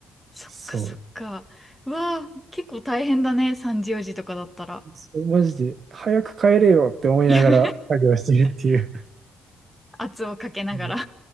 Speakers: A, in the centre; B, on the right.
A: そっかそっか。
B: そう。
A: うわー、結構大変だね、3時4時とかだったら。
B: そうマジで、早く帰れよって思いながら作業してるっていう。
A: いや <laughs> 圧をかけながら
B: うん